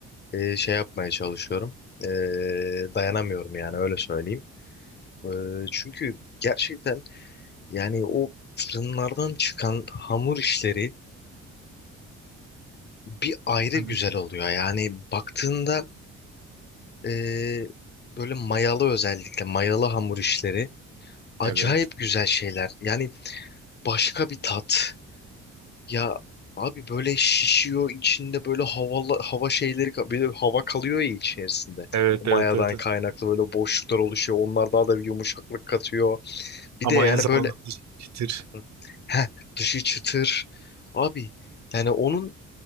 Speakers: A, on the left (about 35°); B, on the right (about 65°).
A: e, şey yapmaya çalışıyorum. E, dayanamıyorum yani öyle söyleyeyim. E, çünkü gerçekten yani o fırınlardan çıkan hamur işleri bir ayrı
B: Hı
A: güzel
B: hı.
A: oluyor. Yani baktığında e, böyle mayalı özellikle mayalı hamur işleri acayip
B: Evet.
A: güzel şeyler. Yani başka bir tat. Ya abi böyle şişiyor içinde böyle havalı, hava şeyleri ka- böyle hava kalıyor ya içerisinde.
B: Evet,
A: O
B: evet,
A: mayadan
B: evet. evet.
A: kaynaklı böyle boşluklar oluşuyor. Onlar daha da bir yumuşaklık katıyor. Bir
B: Ama
A: de yani
B: aynı zamanda
A: böyle
B: çıtır.
A: Hı. heh, dışı çıtır. Abi yani onun